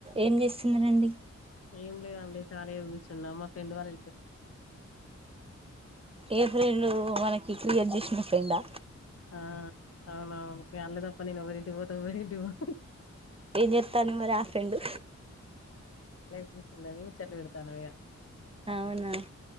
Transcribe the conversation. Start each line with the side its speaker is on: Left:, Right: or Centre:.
Right: ఏం జే స్తున్నారండి
Left: ఏం లేదండి కాలీగ గూచున్నాం మా ఫ్రెండ్ వాళ్
Right: ఏ ఫ్రెండు మనకి క్రియేట్ జేసిన ఫ్రెండా
Left: ఆ అవునవును అళ్లేదప్ప నేను ఎవరింటికి పోత ఎవరింటికి వోన్
Right: ఏం జెత్తంది మరి ఆ ఫ్రెండు
Left: కూసున్నది ముచ్చట్లు పెడతనం ఇగ
Right: అవునా